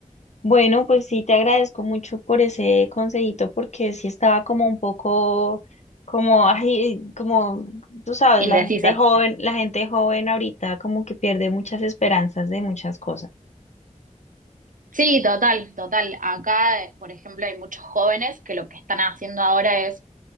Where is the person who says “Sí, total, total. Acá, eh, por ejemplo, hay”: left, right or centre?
Right